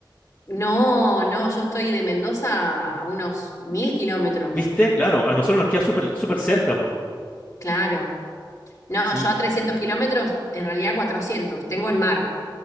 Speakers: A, on the left; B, on the left.
A: No, no, yo estoy de Mendoza a unos mil kilómetros,
B: ¿viste? Claro, a nosotros nos queda súper súper cerca, po.
A: claro. No,
B: Sí,
A: yo a 300 kilómetros, en realidad 400. tengo el mar,